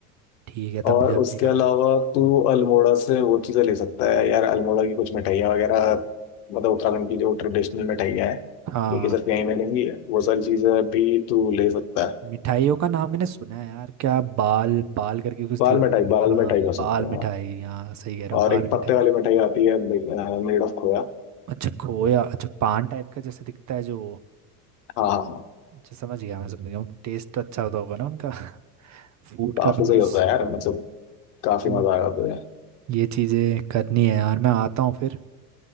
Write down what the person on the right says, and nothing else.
ठीक है तब
मुझे अपनी
गाड़ी
हम्म।
हाँ
मिठाइयों का नाम मैंने सुना है यार क्या बाल बाल करके कुछ
थी वो
हाँ
बाल
मिठाई
हाँ सही कह रहे हो बाल
मिठाई
अच्छा खोया अच्छा पान टाइप का जैसे दिखता है जो
अच्छा समझ गया मैं समझ गया टेस्ट तो अच्छा होता होगा ना उनका <laughs> फूड का
भी
बस
तो
ये चीज़ें करनी है यार मैं आता हूँ फिर